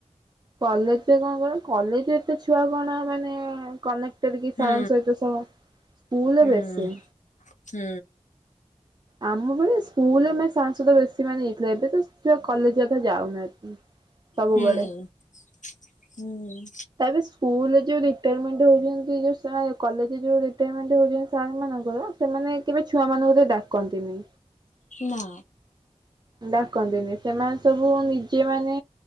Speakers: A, on the right (about 35°); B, on the left (about 85°).
A: କଲେଜରେ କଣ କଲେଜରେତେ ଛୁଆ କଣା ମାନେ କ ଯଦି କି
B: ହୁଁ।
A: ସାରଙ୍କ ସହିତ ସ ସ୍କୁଲରେ
B: ହୁଁ
A: ବେଶୀ।
B: ହୁଁ।
A: ଆମ ବେଳେ ସ୍କୁଲରେ ସାରଙ୍କ ସହିତ ବେଶୀ ସେମାନେ ଯାଇଥିଲେ ଏବେ ତ ସେ କଲେଜ ଅଧା ଯାଉନାହାନ୍ତି ସବୁବେଳେ।
B: ହୁଁ ହୁଁ।
A: ତା ପରେ ସ୍କୁଲରେ ଯୋଉ ରିଟାରମେଣ୍ଟ ହଉଛନ୍ତି ଯୋଉ କଲେଜରେ ଯୋଉ ରିଟାରମେଣ୍ଟ ହଉଛନ୍ତି ସାର୍ ଙ୍କର ସେମାନେ କେବେ ଛୁଆ ମାନଙ୍କୁ ଟିକେ ଡାକନ୍ତିନି।
B: ନା।
A: ଡ଼ାକନ୍ତିନି ସେମାନେ ସବୁ ନିଜେ ମାନେ